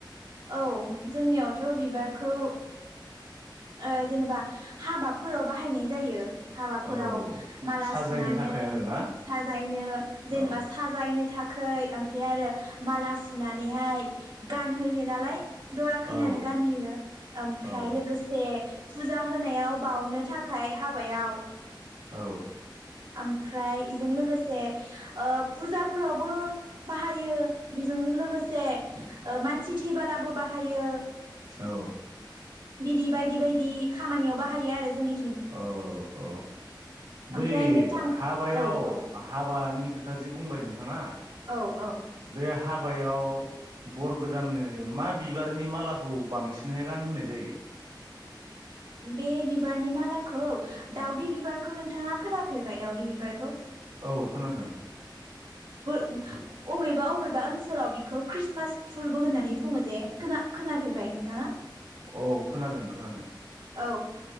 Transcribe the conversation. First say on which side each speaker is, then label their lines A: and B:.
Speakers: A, on the right; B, on the right.
A: औ जोंनियावथ' बिबारखौ ओ जेनेबा हाबाफोराव बा बाहायनाय जायो हाबाफोराव
B: औ
A: माला
B: साजायनो
A: सुनानै
B: थाखाय आरोना
A: साजायनो जेनेबा
B: औ
A: साजायनो थाखाय <unintelligible> ओमफ्राय आरो माला सुनानै गान होयो नालाय दरा खैनानै
B: औ
A: गानहोयो ओमफ्राय
B: औ
A: लोगोसे फुजा होनायाव बावनो थाखाय हाबायाव
B: औ
A: ओमफ्राय बेजों लोगोसे फुजाफोरावबो बाहायो बेजों लोगोसे मानसि थैबोलाबो बाहायो
B: औ
A: बिदि बायदि बायदि खामानियाव बाहायो आरो जोंनि
B: औ औ बै
A: ओमफ्राय नोंथां
B: हाबायाव
A: औ औ
B: हाबानि खोथा जि बुंबाय नोंथाङा
A: औ औ
B: बे हाबायाव बर गोदाननो मा बिबारनि मालाखौ बांसिनहाय गान होनाय जायो।
A: बे बिबारनि मालाखौ दावदै बिबारखौ नोंथाङा खोनाफेरबाय दाउदै बिबारखौ
B: औ खोनादों
A: <unintelligible> अबेबा अबेबा ओनसाव बेखौ खृस्टमास फुलबो होननानै बुङो जे खोना खोनाफेरबाय नोंथाङा।
B: औ खोनादों खोनादों
A: औ